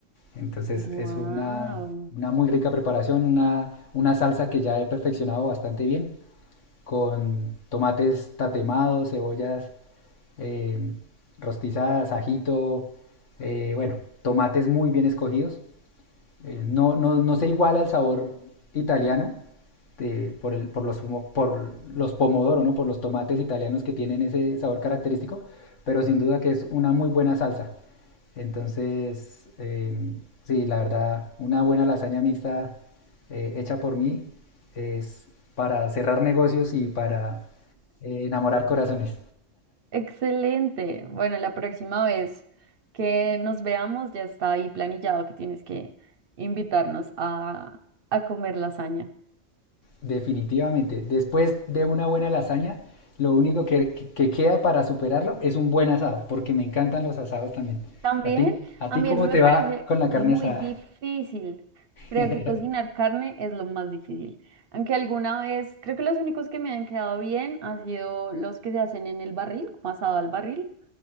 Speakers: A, on the left; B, on the right.
A: Entonces
B: Wow.
A: es una, una muy rica preparación, una, una salsa que ya he perfeccionado bastante bien con tomates tatemados, cebollas eh, rostizadas, ajito, eh, bueno, tomates muy bien escogidos. Eh, no, no, no se iguala al sabor italiano de- por, el- por los, por los pomodoro, ¿no? por los tomates italianos que tienen ese sabor característico, pero sin duda que es una muy buena salsa. Entonces, em, sí, la verdad, una buena lasaña mixta eh, hecha por mí es para cerrar negocios y para eh, enamorar corazones,
B: Excelente. Bueno, la próxima vez que nos veamos ya está ahí planillado que tienes que invitarnos a, a comer lasaña.
A: definitivamente. Después de una buena lasaña, lo único que, que queda para superarlo es un buen asado, porque me encantan los asados también.
B: También
A: ¿A ti, a
B: a
A: ti
B: mí
A: cómo
B: eso me
A: te
B: parece
A: va con la carne
B: muy
A: asada?
B: difícil. Creo
A: <laughs>
B: que cocinar carne es lo más difícil. Aunque alguna vez, creo que los únicos que me han quedado bien han sido los que se hacen en el barril, como asado al barril.